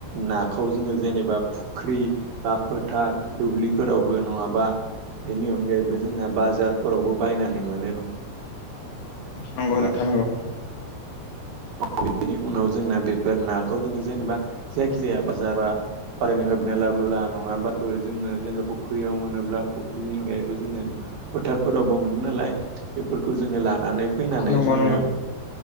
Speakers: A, on the right (about 60°); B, on the left (about 75°).
A: नाखौ जोङो जेनेबा फुख्रि बा फोथार फोरावबो नङाबा बेनि अनगायैबो जोंना बाजार फोरावबो बायनानै मोनो।
B: नंगौ
A: होमबा
B: नोंथां नंगौ।
A: <inaudible> बेनि उनाव जोंना बेफोर नाखौ जोङो जेनेबा जायखि जाया बा जाबा जेनबा <unintelligible> नङा बाबो जोङो जेबा फुख्रियाव मोनोब्ला फुख्रिनि अनगायैबो जोङो फोथार फोराव बो मोनो नालाय बेफोरखौ जोङो लानानै फैनानै
B: नंगौ
A: जोंनो